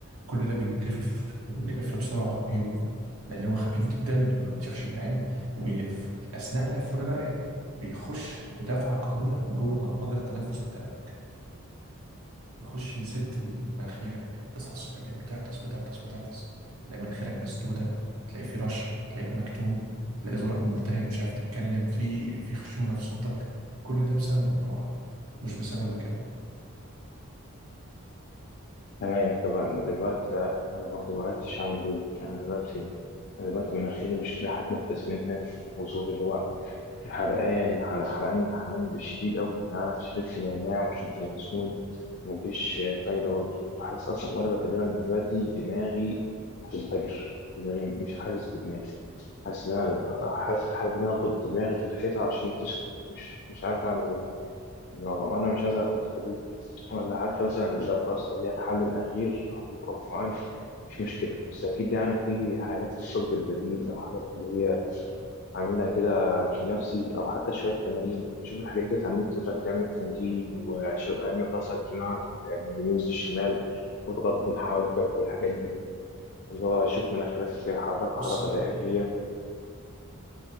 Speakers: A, on the right; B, on the left.
A: كل ده بيلف بيلف بسرعة رهيبة لأن هو خفيف جدا ما بتشافش بالعين وبيلف أثناء لفه ده بقى إيه بيخش بدفعة قوية جوه مجرى التنفس بتاعه بيخش يسد مناخيرك تصحى الصبح تلاقيك بتعطس بتعطس بتعطس تلاقي مناخيرك مسدودة تلاقي في رشح تلاقيك مكتوم تلاقي زورك ملتهب مش عارف تتكلم في في خشونة في صوتك كل ده بسبب المروحة مش بسبب الجو
B: تمام طبعا دلوقتي بقى أنا برضو معرفتش أعمل إيه أنا دلوقتي أنا دلوقتي مناخيري مش لاحق أتنفس منها وزوري اللي هو في حرقان حرق- حرقان حرقان بشديد قوي أنا شربت نعناع وشربت ينسون ومفيش فايدة برضه حاسس أصلا وأنا بكلمك دلوقتي دماغي هتنفجر دماغي مش حاسس بدماغي حاسس إن أنا حاسس حاسس إن أنا أخبط دماغي في الحيطة عشان تسكت مش مش عارف أعمل إيه لو أنا مش عايز آخد حبوب ولا حتى مثلا لو خلاص لو هي الحل الأخير حبوب أو حقن مش مشكلة بس أكيد يعني في حاجات في الطب البديل أو حاجات اللي هي أعملها كده بنفسي أو حتى شوية تمارين أشوف الحاجات ديت على النت ولا بتعمل تمرين وأعمل راسك دماغك يعني من اليمين للشمال واضغط بين حواجبك والحاجات دي اللي هو أشوف مناخيرك حركة
A: بص
B: حركة دائرية